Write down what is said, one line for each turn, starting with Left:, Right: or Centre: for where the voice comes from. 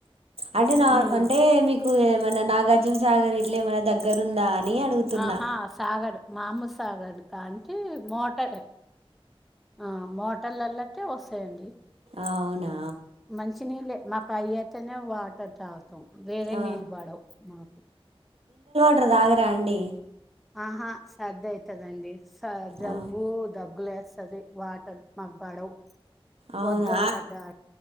Right: అంటే నా
Centre: ఉమ్.
Right: అంటే మీకు ఏమైనా నాగార్జున సాగర్ ఇట్లే ఏమన్నా దగ్గర ఉందా అని అడుగుతున్నా.
Centre: ఆహా సాగర్ మామూ సాగర్ కానికి మోట యే ఆ మోటల్లల్లకే వస్తాయండి
Right: అవునా
Centre: మంచినీళ్ళే మాకు అయి అయితేనే వాటర్ తా <inaudible> వేరే
Right: ఆ!
Centre: నీళ్ళు పడవు మాకు
Right: టర్ తాగరా అండి
Centre: ఆహా సద్దైతదండి స జలుబు
Right: ఆ!
Centre: దగ్గులేస్ టది వాటర్ మాకు పడవు
Right: అవునా!
Centre: వద్దన్నట్ట